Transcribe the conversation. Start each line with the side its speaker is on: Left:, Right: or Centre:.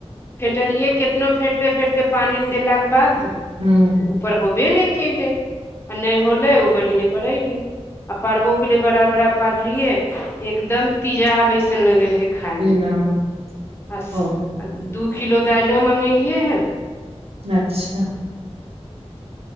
Left: फेटलियै कितनो फेटते फेटते पानि देलाके बाद
Right: हूँ
Left: ऊपर होबे नय कयलै आ नहि होलै ओ बड़ी नय पड़ैयलै आ पारबो केलिए बड़ा बड़ा पारलियइ एकदम तिजा वैसन लगे रहे खायमे
Right: ई राम
Left: बस
Right: ओ
Left: दू किलो दाइलो मंगेलियै हन
Right: अच्छा